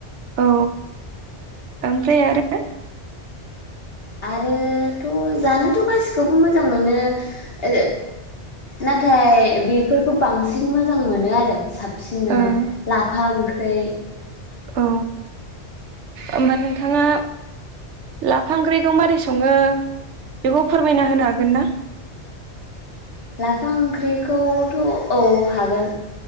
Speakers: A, on the right (about 85°); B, on the left (about 55°).
A: औ ओमफ्राय आरो
B: आरोथ' जानोथ' गासिखौबो मोजां मोनो ओ नाथाय बेफोरखौ बांसिन मोजां मोनो आरो साबसिन मोनो
A: ओ
B: लाफा ओंख्रै ख्रै
A: औ ओमबा नोंथाङा लाफा ओंख्रैखौ मारै सङो बेखौ फोरमायना होनो हागोन ना?
B: लाफा ओंख्रिखौथ‌' औ हागोन।